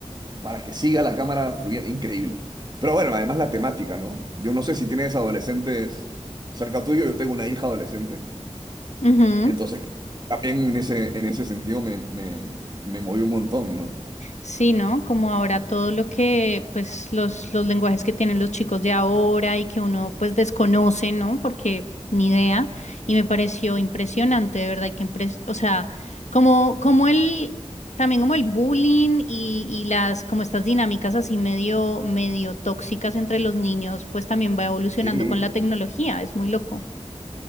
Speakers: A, on the right; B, on the left.
A: para que siga la cámara fluyendo. Increíble. Pero bueno, además la temática, ¿no? Yo no sé si tienes adolescentes cerca tuyo, yo tengo una hija adolescente.
B: Ujú.
A: Entonces, también en ese, en ese sentido me, me, me moví un montón, ¿no?
B: Sí, ¿no? Como ahora todo lo que, pues, los, los lenguajes que tienen los chicos de ahora y que uno, pues, desconoce, ¿no? Porque ni idea. Y me pareció impresionante, de verdad, que, impres- o sea, como, como el, también como el bullying y, y las, como estas dinámicas así medio, medio tóxicas entre los niños, pues, también va evolucionando
A: Sí,
B: con la tecnología. Es muy loco.